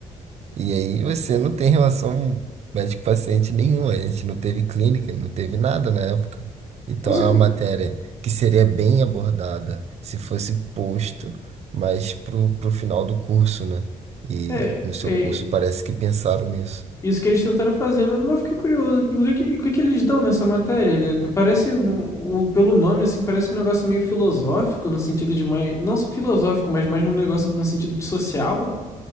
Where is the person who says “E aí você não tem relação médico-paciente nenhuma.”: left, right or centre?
Right